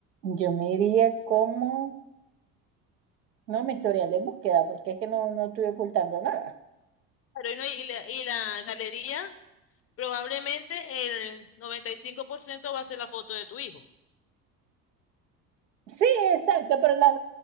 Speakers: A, on the right; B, on the left.
A: yo me iría como, no, mi historial de búsqueda, porque es que no, no estoy ocultando nada.
B: Pero y, no- y la, y la galería, probablemente el 95% va a ser la foto de tu hijo.
A: Sí, exacto, pero las...